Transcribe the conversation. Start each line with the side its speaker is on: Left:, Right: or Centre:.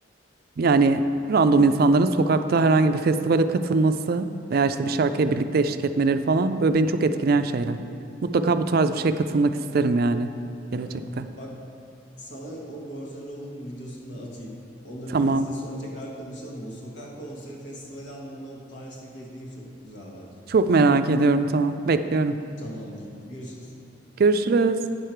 Right: yani random insanların sokakta herhangi bir festivale katılması veya işte bir şarkıya
Left: Mhm.
Right: birlikte eşlik etmeleri falan böyle beni çok etkileyen şeyler. Mutlaka bu tarz bir şeye katılmak isterim yani gelecekte.
Left: Evet. Bak sana o Borzan Rov'un videosunu da atayım. Onu da
Right: Tamam.
Left: bir izle sonra tekrar konuşalım. O sokak konseri festivali anlamında o Paris'teki etkinlik çok güzel bence.
Right: Çok merak ediyorum. Tamam. Bekliyorum.
Left: Tamamdır. Görüşürüz.
Right: Görüşürüz.